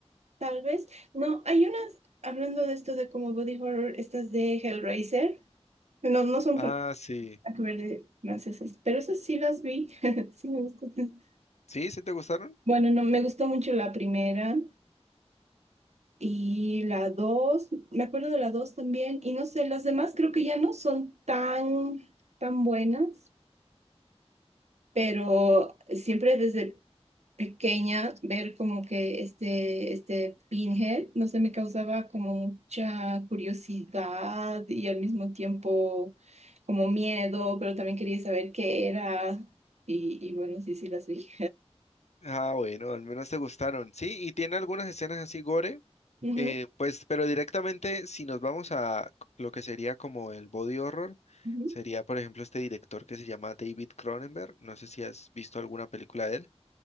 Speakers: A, on the right (about 75°); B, on the left (about 75°).
A: Tal vez. No, hay unas, hablando de esto de como body horror, estas de Hellraiser. No, no son
B: Ah,
A: fr-
B: sí.
A: nada que ver de francesas, pero esas sí las vi. <laughs> Sí me gustan.
B: ¿Sí? ¿Sí te gustaron?
A: Bueno, no, me gustó mucho la primera. Y la 2 me acuerdo de la 2 también, y no sé, las demás creo que ya no son tan, tan buenas, pero siempre desde pequeña ver como que este, este Pinhead, no sé, me causaba como mucha curiosidad y al mismo tiempo como miedo, pero también quería saber qué era, y, y bueno, sí, sí las vi.
B: Ah, bueno, al menos te gustaron. Sí, y tiene algunas escenas así gore,
A: <laughs> Ujú,
B: eh, pues, pero directamente si nos vamos a lo que sería como el body horror,
A: ujú.
B: sería, por ejemplo, este director que se llama David Cronenberg. No sé si has visto alguna película de él.